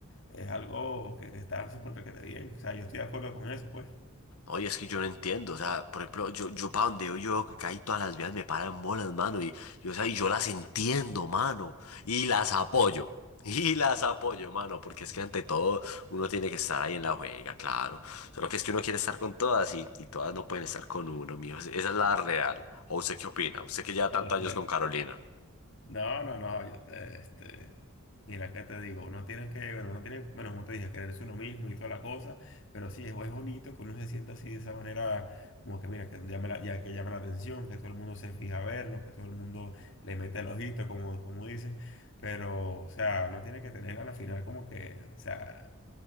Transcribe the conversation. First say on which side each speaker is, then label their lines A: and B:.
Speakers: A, on the left (about 55°); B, on the left (about 85°).
A: es algo que, que está súper requete bien, o sea, yo estoy de acuerdo con eso, pues,
B: Oye, es que yo no entiendo, o sea, por ejemplo, yo, yo para donde yo, yo veo que casi todas las vías me paran bolas, mano, y, y, o sea, y yo las entiendo, mano, y las apoyo, <laughs> y las apoyo, mano, porque es que ante todo uno tiene que estar ahí en la juega, claro, solo que es que uno quiere estar con todas y, y todas no pueden estar con uno, mijo, esa es la real, o usted qué opina, usted que lleva
A: Ok.
B: tantos años con Carolina.
A: No, no, no, yo te, este, mira, ¿qué te digo? Uno tiene que, bueno, uno tiene, bueno, como te dije, quererse uno mismo y toda la cosa, pero sí, es, es bonito que uno se sienta así de esa manera, como que mira, que llame la, ya que llama la atención, que todo el mundo se fija a verlo, que todo el mundo le mete el ojito, como, como dicen, pero, o sea, uno tiene que tener a la final como que, o sea,